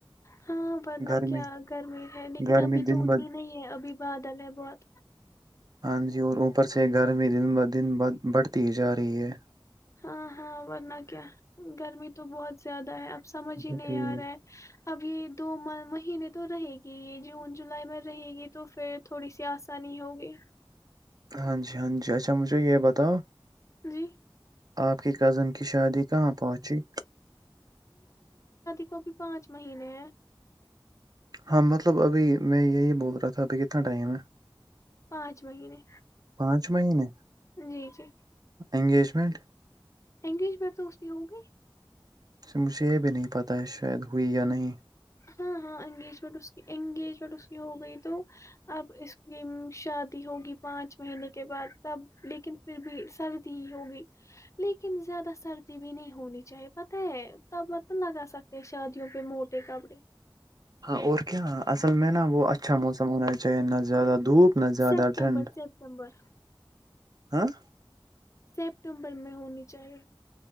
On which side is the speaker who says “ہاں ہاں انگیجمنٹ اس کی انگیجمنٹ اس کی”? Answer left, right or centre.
Left